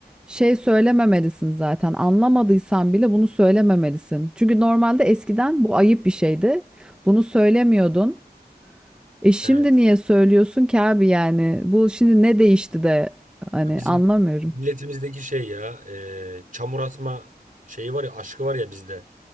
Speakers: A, in the centre; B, on the right.
A: şey söylememelisin zaten. Anlamadıysan bile bunu söylememelisin. Çünkü normalde eskiden bu ayıp bir şeydi. Bunu söylemiyordun. E şimdi
B: Evet.
A: niye söylüyorsun ki abi yani? Bu şimdi ne değişti de hani
B: Ya Bizim
A: anlamıyorum.
B: milletimizdeki şey ya e, çamur atma şeyi var ya aşkı var ya bizde.